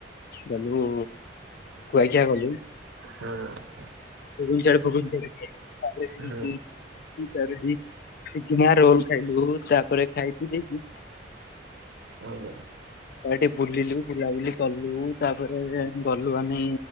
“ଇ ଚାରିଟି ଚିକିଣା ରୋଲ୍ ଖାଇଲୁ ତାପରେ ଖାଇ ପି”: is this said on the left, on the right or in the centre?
Left